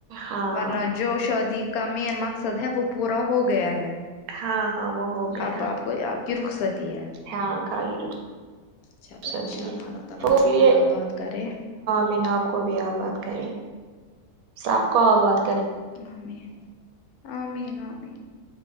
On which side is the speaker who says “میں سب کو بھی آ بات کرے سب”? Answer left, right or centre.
Right